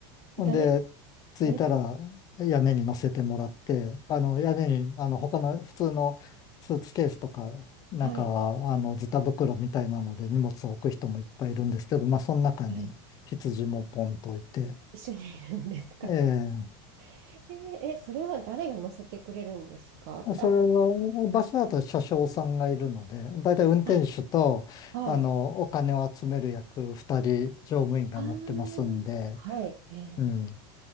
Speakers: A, on the left; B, on the right.
A: ほんで、
B: 誰、
A: 着いたら屋根に乗せてもらって、
B: 誰、
A: あの、屋根に、あの、他の普通のスーツケースとか、なんか、
B: はい、
A: あの、ズタ袋みたいなので荷物を置く人もいっぱいいるんですけど、まあ、その中に羊もポンと置いて、
B: はい。一緒にいるんですか。
A: ええ
B: <laughs> えーえーそれは誰が乗せてくれるんですかって、
A: あそれは、
B: あの、
A: バスだと車掌さんがいるので、だいたい運転手と、
B: あ、はい。
A: あの、お金を集める役、二人乗務員が乗ってますんで、
B: あーはい。え
A: うん。